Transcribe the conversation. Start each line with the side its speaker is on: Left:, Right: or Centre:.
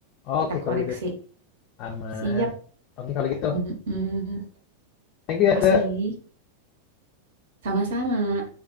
Left: Oke
Right: kita
Left: kalau
Right: koreksi.
Left: gitu, Teh. Aman.
Right: Siap.
Left: Oke kalau gitu.
Right: Mm-mm.
Left: Thank you ya,
Right: Kasih.
Left: Teh.
Right: Sama-sama.